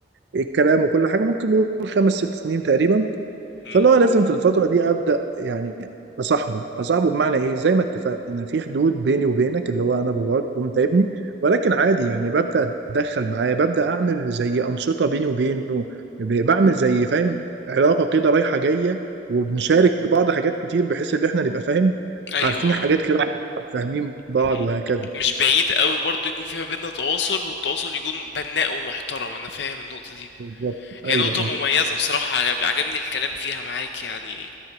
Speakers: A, on the right; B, on the left.
A: الكلام وكل حاجه ممكن نقول خمس ست سنين تقريبا
B: مم.
A: فاللي هو لازم في الفترة دي أبدأ يعني أصاحبه أصاحبه بمعنى إيه زي ما اتفقنا في حدود بيني وبينك اللي هو أنا باباك وأنت ابني ولكن عادي يعني ببدأ أتدخل معاه ببدأ أعمل زي أنشطة بيني وبينه ب- بعمل زي فاهم علاقة كده رايحة جاية وبنشارك بعض حاجات كتير بحيث إن إحنا نبقى فاهم
B: ايوه
A: عارفين حاجات كده عن بعض فاهمين بعض
B: مهم.
A: وهكذا
B: مش بعيد قوي برضو يكون في ما بيننا تواصل والتواصل يكون بناء ومحترم انا فاهم النقطة دي
A: بالظبط
B: هي
A: أيوه
B: نقطة
A: أه
B: مميزة بصراحة عجب عجبني الكلام فيها معاك يعني